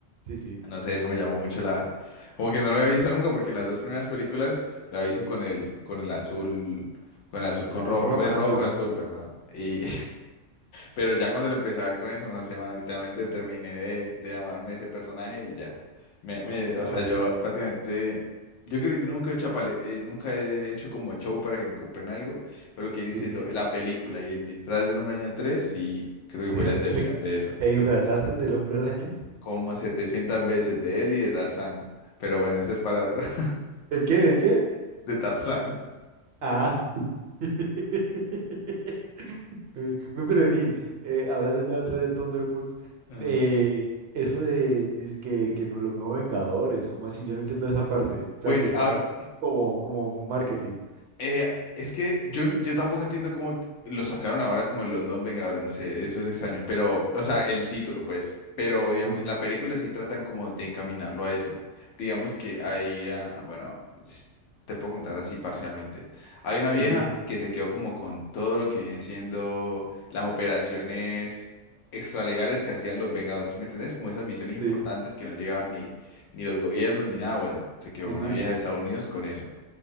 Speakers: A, on the right (about 65°); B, on the left (about 85°).
A: Sí, sí.
B: No sé, eso me llamó mucho la, como que no lo había visto nunca, porque en las dos primeras películas lo había con el, con el azul, con el azul con rojo,
A: El rojo
B: bueno,
A: con
B: el
A: azul.
B: rojo con azul, perdón. Y, pero ya cuando lo empecé a ver con eso, no sé, man, literalmente terminé de, de enamorarme de ese personaje y ya. Me, me- o
A: Joder.
B: sea, yo prácticamente, yo creo que nunca he hecho, apale- eh, nunca he hecho como show para que me compren algo, pero lo que viene
A: Sí,
B: siendo
A: sí.
B: la película y el disfraz del Hombre Araña 3, sí, creo que fue
A: <laughs>
B: la excepción
A: ¿Te, Bueno,
B: de eso.
A: te disfrazaste del hombre araña?
B: Como 700 veces de él y de Tarzán. Pero bueno, ese es para atrás, <laughs>
A: ¿De qué? ¿De qué?
B: de Tarzán.
A: Ah. <laughs> Eh, ve, Pero vení, eh, hablando ya otra vez de Thunderbolts,
B: Ajá.
A: eh, eso de dizque que no los nuevos Vengadores, ¿cómo así? Yo no entiendo esa parte. O sea,
B: Pues
A: que están
B: a-
A: us- como, como marketing.
B: Eh, es que yo, yo tampoco entiendo cómo lo sacaron ahora como en los nuevos Vengadores, no sé, eso es extraño, pero, o sea, el título, pues, pero digamos,
A: Sí,
B: en la película sí tratan como de encaminarlo a eso. Digamos que hay, ah, bueno, s- te puedo contar así parcialmente. Hay una vieja
A: sí, sí,
B: que se quedó como con todo lo que viene siendo las operaciones extralegales que hacían los Vengadores, ¿sí me entendés? Como esas misiones importantes
A: sí,
B: que no llegaban ni, ni los gobiernos ni nada, bueno, se quedó
A: sí,
B: una
A: sí,
B: vieja
A: sí,
B: de Estados Unidos con eso.